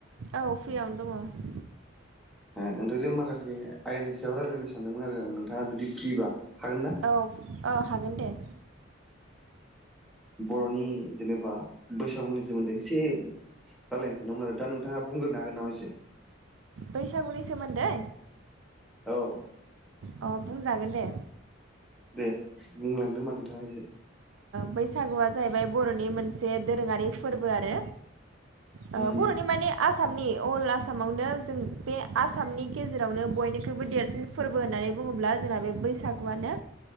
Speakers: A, on the right; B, in the centre.
A: औ फ्रियावनो दङ।
B: नोंथांजों माखासे आयेननि सायाव रायजलायनो सानदोंमोन आरो आं नोंथाङा जुदि फ्रिबा हागोन ना?
A: औ औ हागोन दे
B: बर'नि जेनेबा बैसागुनि सोमोन्दै एसे रायलायनोानदों आरो दा नोंथाङा बुंग्रो हागोन नामा एसे।
A: बैसागुनि सोमोन्दै
B: औ
A: अ बुंजागोन दे।
B: दे बुंलांदो होमबा नोंथाङा एसे।
A: बैसागुआ जाहैबाय बर'नि मोनसे दोरोङारि फोरबो आरो। आ
B: उम
A: बर'नि माने आसामनि अल आसामावनो जों बे आसामनि गेजेरावनो बयनिख्रुइबो देरसिन फोरबो होननानै बुङोब्ला जोंना बे बैसागुआनो